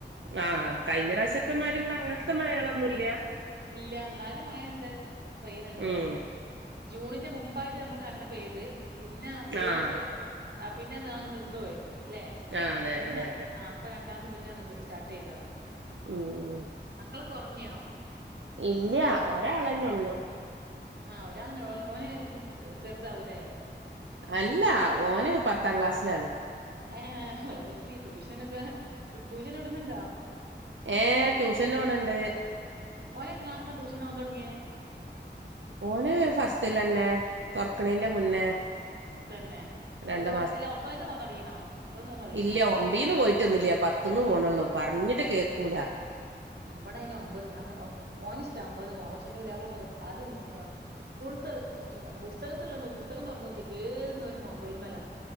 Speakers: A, on the right (about 90°); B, on the right (about 60°).
A: ആഹ് കഴിഞ്ഞറാശ്യത്തെമാരിള്ള അങ്ങൻത്തെ മയൊളൊന്നുല്ല്യ..
B: ഇല്ല. ന്നാലും മഴണ്ട് പെയ്യുന്നുണ്ട്
A: ഉം
B: അയ്നി.. ജൂണിന്റെ മുമ്പായിട്ട് നമ്മക്ക് നല്ലം പെയ്ത്. പിന്നെ ജൂണ്
A: ആഹ്
B: സ്റ്റോ ആ പിന്നെ ന്നാ നിന്നോയി ല്ലേ
A: ആഹ് അതെ
B: പിന്നെ
A: അതെ അതെ
B: ആം.. ഇപ്പൊ രണ്ടാമത് പിന്നെയാണ്ത് സ്റ്റാർട്ട് ചെയ്ത..
A: മ്മ്ഹ് ഹ്..
B: മക്കളൊകെഒറങ്ങിയോ..
A: ഇല്ല്യ ഒരാളെന്നെള്ളൂ..
B: ആഹ് ഒരാളന്നൊ ഓന്. മ്മ് ചെറുതാവുലെ..
A: അല്ല ഓന് പത്താ ക്ലാസ്സിലാണ്.
B: ഏഹ ഹ് എ സ ൽ സി ട്യൂഷനൊക്കെ ട്യൂഷൻടുന്നുണ്ടോ..
A: ഏ ട്യൂഷന്നോണ് ണ്ട്..
B: ഒൻ എത്രളാസ്സ ട്യൂഷന് ഓവാൻ തൊടങ്ങി..
A: ഓന് ഫസ്റ്റലെന്നെ തൊർക്കണെന്റെ മുന്നേ..
B: തന്നെ
A: രണ്ടു
B: അല്ല ഒമ്പ് അല്ല ഒമ്പന്ന്പൊന്നൊ തൊടങ്ങിന്ന ഒമ്പത് പോന്നോടങ്ങീന്ന..
A: ഇല്ല്യ ഒമ്പീന്ന് പോയിട്ടൊന്നില്ല്യ പത്ത്ന്ന് പോണള്ളൂ പറഞ്ഞിട്ട് കേക്കൂല..
B: ഇബടെ അയിന് ഒൻമ്പ് ഞാൻ ഓനി ഇഷ്ടാ ഒമ്പ്ന്ന് പോവാൻ പഷെ ന്റെദ്യപ്പളാ പർണി ആദ്യം സ്.. സ്കൂള്ത്ത് പുസ്തകത്തിള്ള നോ പുസ്തകം തൊറന്നോക്കിക്കും ഏത് നേരം മൊബൈല്മല..